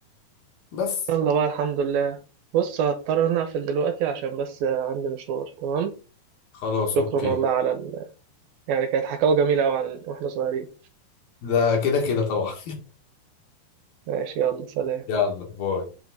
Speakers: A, on the left; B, on the right.
A: بس
B: يلا بقى الحمد لله بص هضطر انا اقفل دلوقتي عشان بس عندي مشوار تمام
A: خلاص
B: شكرا
A: اوكي
B: والله على ال... يعني كانت حكاوة جميلة أوي عن واحنا صغيرين
A: ده كده كده طبعا
B: ماشي يلا سلام
A: <laughs> يلا باي